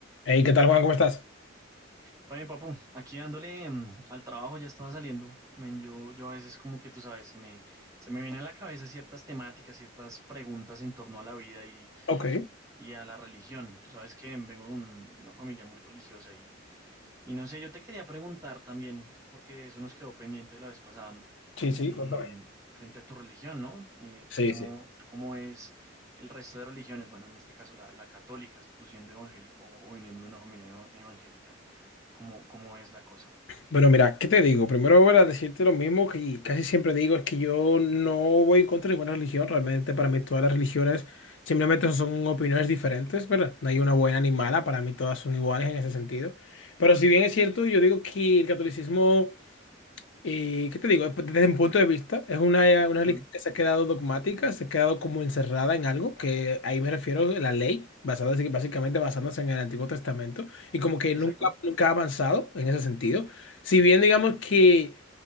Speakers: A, on the left (about 70°); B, on the right (about 15°).
A: Hey, ¿qué tal, Juan? ¿Cómo estás?
B: Oye, papu, aquí dándole mm, al trabajo ya estaba saliendo. Men, yo, yo a veces como que tú sabes, se me, se me vienen a la cabeza ciertas temáticas, ciertas preguntas en torno a la vida y,
A: Ok,
B: y a la religión. Tú sabes que vengo de, un- de una familia muy religiosa y, y no sé, yo te quería preguntar también, porque eso nos quedó pendiente la vez pasada,
A: sí, sí,
B: eh,
A: cuéntame.
B: frente a tu religión, ¿no? Eh,
A: Sí,
B: ¿tú cómo,
A: sí.
B: tú cómo es el resto de religiones? Bueno, en este caso la, la católica, tú siendo evangélico o viniendo de una familia eva- evangélica, ¿cómo, cómo es la cosa?
A: Bueno, mira, ¿qué te digo? Primero voy a decirte lo mismo que casi siempre digo, es que yo no voy en contra de ninguna religión. Realmente para mí todas las religiones simplemente son opiniones diferentes, ¿verdad? No hay una buena ni mala, para mí todas son iguales en ese sentido. Pero si bien es cierto, yo digo que el catolicismo Y, ¿qué te digo? Pues, Desde mi punto de vista, es una, una
B: Sí,
A: religión que se ha quedado dogmática, se ha quedado como encerrada en algo, que ahí me refiero a la ley, basada, así que básicamente basándose en el Antiguo Testamento, y como que
B: exacto.
A: nunca, nunca ha avanzado en ese sentido. Si bien digamos que